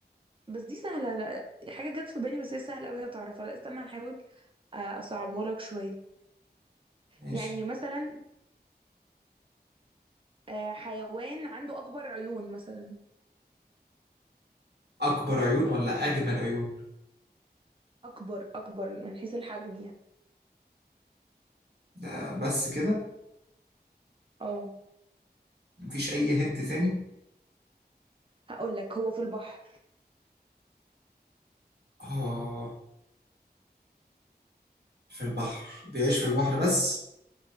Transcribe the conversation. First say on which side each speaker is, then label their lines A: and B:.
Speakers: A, on the right; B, on the right.
A: بس دي سهلة لا حاجة جت في بالي بس هي سهلة أوي هتعرفها لا استنى هحاول آه، أصعبها لك شوية
B: ماشي
A: يعني مثلا آه، حيوان عنده أكبر عيون مثلا
B: اكبر عيون ولا اجمل عيون
A: أكبر أكبر من حيث الحجم يعني
B: ده بس كده
A: اه
B: مفيش اي هنت تاني
A: هقول لك هو في البحر
B: اه في البحر بيعيش في البحر بس